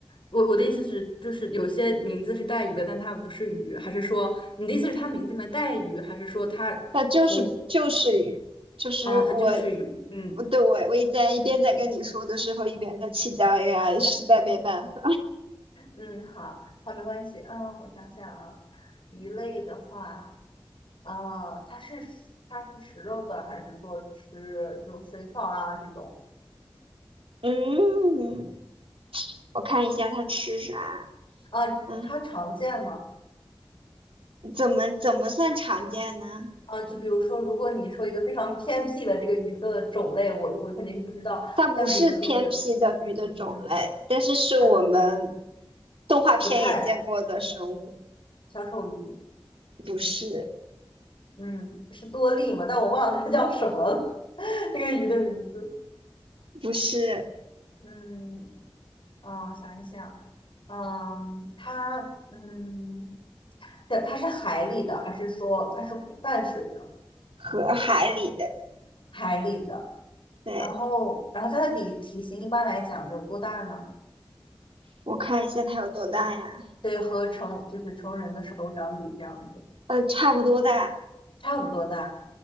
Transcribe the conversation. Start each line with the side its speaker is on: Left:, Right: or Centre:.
Left: 我我的意思是，就是有些名字是带鱼的，但它不是鱼，还是说你的意思是它名字里面带鱼，还是说它从
Right: <laughs> 它就是就是鱼，就是我。
Left: 啊，它就是鱼？嗯，
Right: 我对我我一在一边在跟你说的时候，一边在气到呀，
Left: 是，
Right: 实在没办法。
Left: 嗯，好，好，没关系，嗯，我想想啊，鱼类的话，啊，它是它是食肉的，还是说吃这种水草啊这种？
Right: 嗯，我看一下它吃啥。
Left: 啊，
Right: 嗯，
Left: 它常见吗？
Right: 怎么怎么算常见呢？
Left: 啊，就比如说，如果你说一个非常偏僻的这个鱼的种类，我我肯定是不知道，
Right: 它不是偏僻的鱼的种类，
Left: 但比如说是，嗯。
Right: 但是是我们
Left: 它。
Right: 动画片也见过的生物，
Left: 不太小丑鱼，
Right: 不是
Left: 嗯，是多利嘛，但我忘了它叫什么了，<laughs> 那个鱼的名字，
Right: 不是
Left: 嗯，啊，我想一想，嗯，它，嗯，对，它是海里的，还是说它是湖淡水的？
Right: 河海里的。
Left: 海里的，
Right: 对，
Left: 然后，然后它的体体型一般来讲有多大呢？
Right: 我看一下它有多大呀？
Left: 对，和成就是成人的手掌比这样子，
Right: 呃，差不多大。
Left: 差不多大。